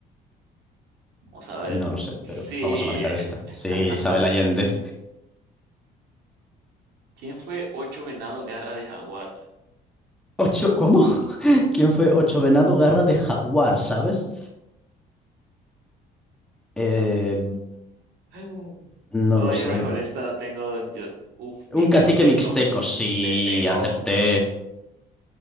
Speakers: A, on the right; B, in the centre.
A: Vamos a ver.
B: no lo sé,
A: Sí.
B: pero vamos a marcar esta.
A: <laughs>
B: Sí, Isabel Allende.
A: ¿Quién fue Ocho Venado Garra de Jaguar?
B: Ocho, ¿cómo? <laughs> ¿Quién fue? Ocho Venado Garra de Jaguar, ¿sabes? Eh,
A: Mm.
B: no
A: Oye,
B: lo sé.
A: con esta tengo yo. Uf, mixteco.
B: Un cacique mixteco, sí,
A: Y le pegó.
B: acerté.